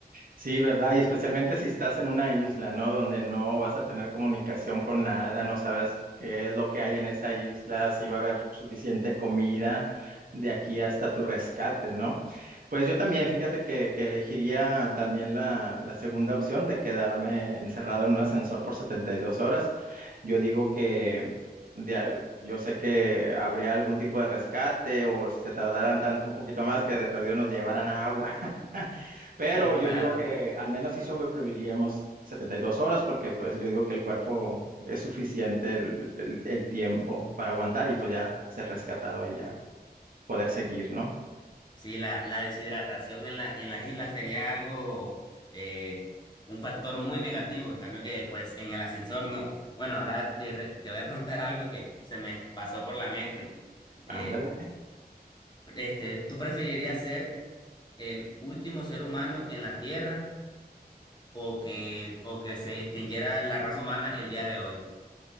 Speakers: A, on the right; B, on the left.
A: sí, ¿verdad? Y especialmente si estás en una isla, ¿no? Donde no vas a tener comunicación con nada, no sabes qué es lo que hay en esa isla, si va a haber suficiente comida de aquí hasta tu rescate, ¿no? Pues yo también, fíjate que, que elegiría también la, la segunda opción de quedarme encerrado en un ascensor por 72 horas. Yo digo que de al- yo sé que habría algún tipo de rescate o si se tardaran tanto un poquito más que de perdido nos llevaran agua. <laughs> Pero
B: Sí, claro.
A: yo digo que al menos sí sobreviviríamos 72 horas porque pues yo digo que el cuerpo es suficiente el, el- el tiempo para aguantar y pues ya ser rescatado y ya poder seguir, ¿no?
B: Sí, la, la deshidratación en la, en las islas sería algo, eh, un factor muy negativo, en cambio que pues en el ascensor no. Bueno, ahora te, re- te voy a preguntar algo que se me pasó por la mente. Eh,
A: Ándale.
B: este, ¿tú preferirías ser el último ser humano en la Tierra o que, o que se extinguiera la raza humana el día de hoy?